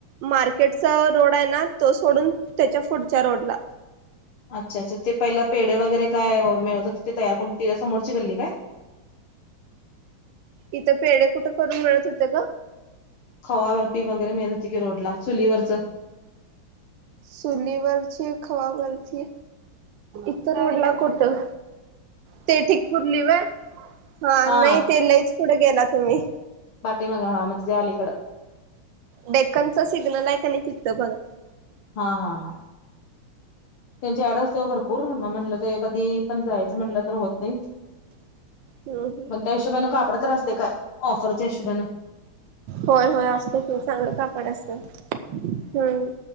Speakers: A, on the right (about 70°); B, on the left (about 80°).
A: मार्केटचा रोड आहे ना तो सोडून त्याच्या पुढच्या रोडला.
B: अच्छा अच्छा ते पहिला पेढ वगैरे काय मिळत ते तयार करून त्याच्या समोरची गल्ली काय?
A: इथं पेढ कुठं करून मिळत होते ग.
B: खवा बर्फी वगैरे मिळत होती की रोडला चुलीवरच.
A: चुलीवरची खवा बर्फी, इथं रोडला कुठं? ते ठिकपूर लिव हा
B: हा
A: नाही ते लईच पुढे गेला तुम्ही
B: बाटे मगा हा मगजे आलीकडं
A: डेक्कनचं सिग्नल आहे का नाही तिथं बघा.
B: हा हा हा त्यांची ऍडस ते भरपूर मग म्हटलं ते कधी पण जायचं म्हटलं तर होत नाही.
A: हम्म
B: पण त्या हिशोबानें कापड तर असते काय ऑफरच्या हिशोबानें
A: होय होय असत ते चांगलं कापड असत हम्म